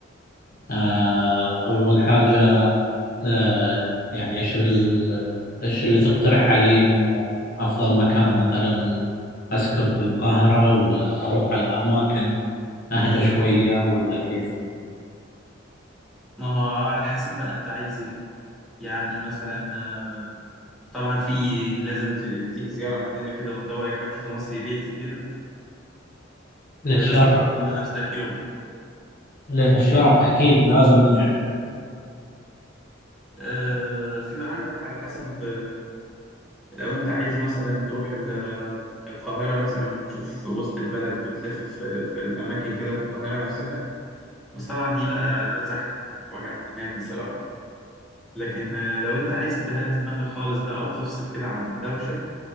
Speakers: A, on the left (about 45°); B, in the centre.
A: آه، أول
B: طب
A: حاجة آه، يعني ايش ال... ايش اللي تقترح علي انه افضل مكان مثلا اسكن في القاهرة ولا اروح على اماكن اهدى شوية ولا كيف
B: ما هو على حسب بقى أنت عايز إيه يعني مثلا آه، طبعا في لازم ت- تيجي زيارة عندنا كده وندوقك أكل مصري بيتي كده
A: نتشرف
B: يا لازم تفضل لنا نفسك يوم
A: لان الشرف اكيد لازم نجي عنده
B: آه، في بقى عندك على حسب آه، لو أنت عايز مثلا تروح ال- آه، القاهرة مثلا وتشوف في وسط البلد وتلف في في الأماكن كده في القاهرة نفسها بس طبعا دي بقى زحمة يعني وجع دماغ بصراحة لكن آه، لو انت عايز تهدي دماغك خالص بقى وتفصل كده عن الدوشة